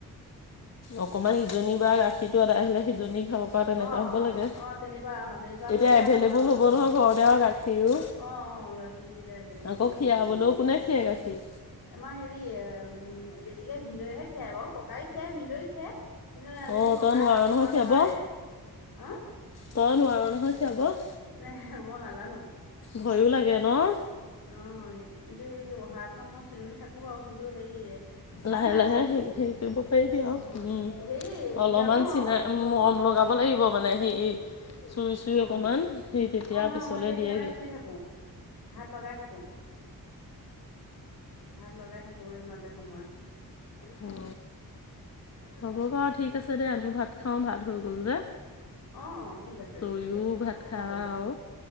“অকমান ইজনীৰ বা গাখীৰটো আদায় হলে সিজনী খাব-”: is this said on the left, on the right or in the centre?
Left